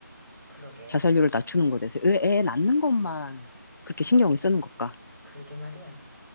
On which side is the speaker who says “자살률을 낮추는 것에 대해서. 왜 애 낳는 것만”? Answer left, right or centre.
Left